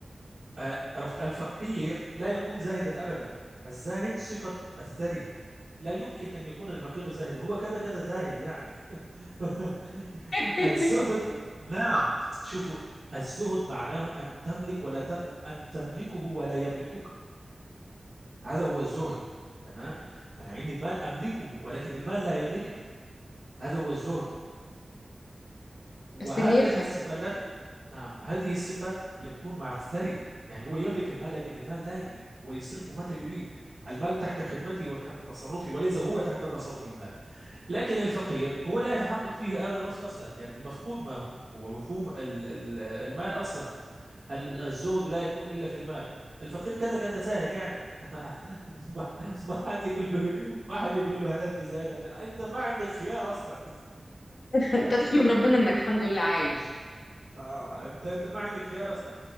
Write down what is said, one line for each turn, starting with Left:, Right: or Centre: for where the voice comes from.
Right: آه، الفقير لا يكون زاهدا ابدا الزاهد صفه الثري لا يمكن أن يكون الفقير زاهدا هو كذا كذا زاهد يعني <laughs>
Left: <laughs>
Right: الزهد نعم شوفوا الزهد معناه أن تملك ولا ت... أن تملكه ولا يملكك هذا هو الزهد تمام أنا عندي مال أملكه ولكن المال لا يملكني هذا هو الزهد وهذه
Left: بس اللي يفهم
Right: الصفة
Left: <laughs>
Right: لا ت... نعم هذه الصفة يكون مع الثري يعني هو يملك المال لكن المال لا يملكه هو يصرفه متى يريد المال تحت خدمتي وتحت تصرفي وليس هو تحت تصرف المال لكن الفقير هو لا يتحقق فيه هذا الوصف أصلا لأن المفقود ما هو هو مفهوم ال- ال- المال أصلا ال- الزهد لا يكون إلا في المال الفقير كذا كذا زاهد يعني <laughs> ما ما حد يقول له ما حد يقول له هل أنت زاهد أم لا أنت ما عندك خيار أصلا
Left: انت تحمد ربنا انك الحمد لله عايش
Right: آه أنت أنت ما عندك خيار أصلا